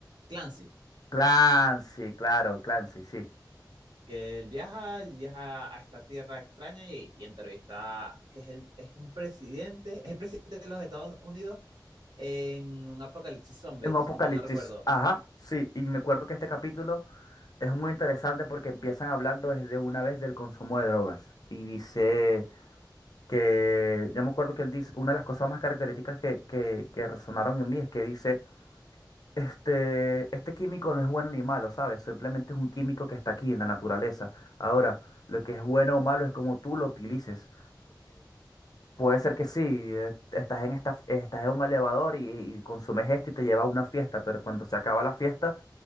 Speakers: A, on the right; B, on the left.
A: Clancy.
B: Clancy, claro, Clancy, sí. sí.
A: Que él viaja, viaja a esta tierra extraña y, y entrevista, que es, el, es un presidente, es el presidente de los Estados Unidos en un apocalipsis zombie,
B: En Apocalipsis,
A: si mal no recuerdo.
B: ajá, sí. Y me acuerdo que este capítulo es muy interesante porque empiezan hablando desde una vez del consumo de drogas. Y dice que, yo me acuerdo que él dice, una de las cosas más características que, que, que resonaron en mí es que dice, este, este químico no es bueno ni malo, ¿sabes? Simplemente es un químico que está aquí en la naturaleza. Ahora, lo que es bueno o malo es como tú lo utilices. Puede ser que sí, eh, estás en esta, estás en un elevador y, y consumes esto y te lleva a una fiesta, pero cuando se acaba la fiesta,